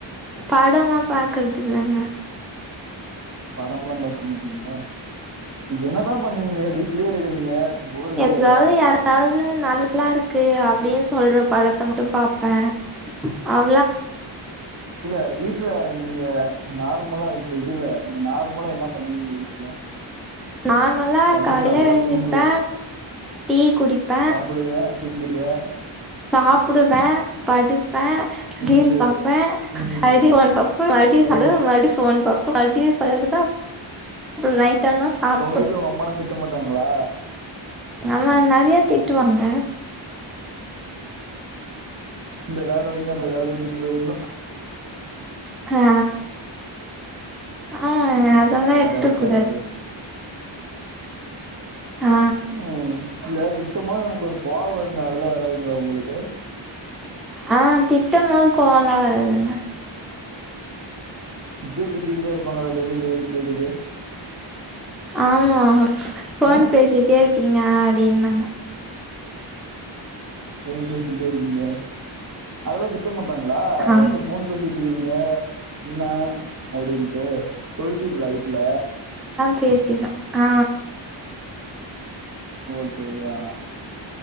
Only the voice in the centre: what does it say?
படம்ல்லா பாக்குறது இல்லங்க
எதாவது யாராவது நல்லா இருக்கு அப்டின்னு சொ சொல்ற படத்தை மட்டு பாப்பே அவ
நார்மலா
காலையில
எழுந்திருப்பே
டீ குடிப்பே
சாப்டுவே படுப்பே
ரீல் பாப்பே
ஐ டி மேன் பாப்பே மறுபடியு
சோறு மறுபடி பாப்பே மறுபடி <unintelligible> சாப்ட்ரு
ஆமா நெறைய திட்டுவாங்க
ஆ ஆ அதெல்லா
எடுத்துக் கூடாது
ஆ
ஆ திட்டம்போது கோவெல்லா வராதுங்க
ஆமா போன்
பேசிட்டே இருக்கீங்க அப்டின்னாங்க
ஆ
பேசி ஆனா ஆ